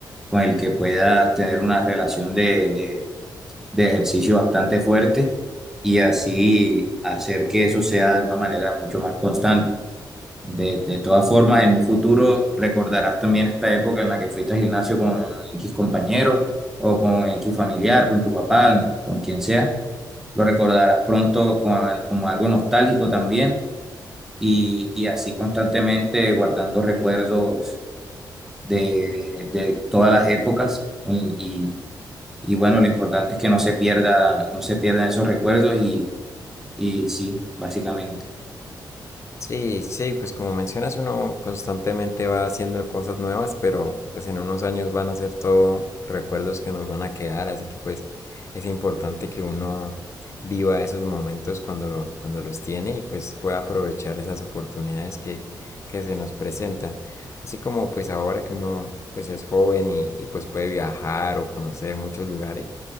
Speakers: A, in the centre; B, on the left.
A: con el que puedas tener una relación de, de- de ejercicio bastante fuerte y así hacer que eso sea de una manera mucho más constante. De, de todas formas, en un futuro recordarás también esta época en la que fuiste al gimnasio con X compañero o con X familiar, con tu papá, con quien sea. Lo recordarás pronto con- como algo nostálgico también y, y así constantemente guardando recuerdos de, de todas las épocas en- Y bueno, lo importante es que no se pierda, no se pierdan esos recuerdos y, y sí, básicamente.
B: Sí, sí, pues como mencionas, uno constantemente va haciendo cosas nuevas, pero pues en unos años van a ser todo recuerdos que nos van a quedar, así que pues es importante que uno viva esos momentos cuando, lo- cuando los tiene y pues pueda aprovechar esas oportunidades que, que se nos presentan. Así como pues ahora que uno pues es joven y, y pues puede viajar o conocer muchos lugares,